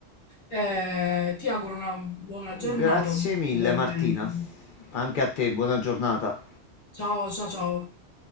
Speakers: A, on the left; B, on the left.
A: Eh, ti auguro una buona giornata,
B: grazie
A: buon
B: mille
A: proseguimento.
B: Martina. Anche a te, buona giornata.
A: Ciao, ciao, ciao.